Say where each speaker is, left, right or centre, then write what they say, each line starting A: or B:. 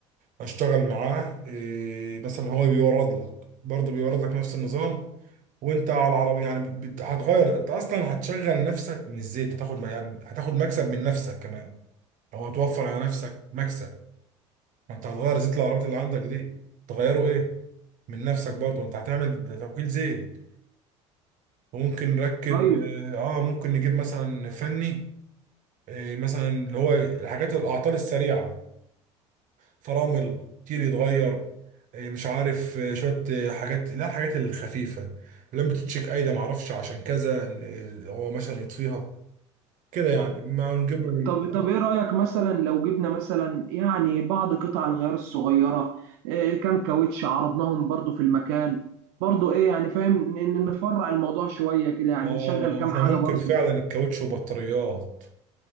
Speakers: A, on the right (about 60°); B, on the right (about 75°).
A: اشتغل معاه إيه مثلا هو بيورد لك برضه بيورد لك نفس النظام وانت على العربية يعني بت- بت- هتغير انت اصلا هتشغل نفسك من الزيت هتاخد يعني هتاخد مكسب من نفسك كمان او هتوفر على نفسك مكسب ما انت هتغير زيت العربيات اللي عندك دي تغيره ايه من نفسك برضه انت هتعمل توكيل زيت وممكن نركب
B: طيب
A: اه ممكن نجيب مثلا فني إيه مثلا اللي هو الحاجات الاعطال السريعه فرامل كتير يتغير إيه مش عارف إيه شويه إيه حاجات لا الحاجات الخفيفه لما تتشيك ايده ما اعرفش عشان كذا إيه هو مثلا يطفيها كده يعني ما نجيب له إيه؟
B: طب طب
A: اه
B: ايه رايك مثلا لو جبنا مثلا يعني بعض قطع الغيار الصغيره آه كام كاوتش عرضناهم برضو في المكان برضو ايه يعني فاهم ان إن نفرع الموضوع شويه كده يعني
A: آه،
B: نشغل كام
A: احنا
B: حاجه
A: ممكن
B: برضو
A: فعلا الكاوتش وبطاريات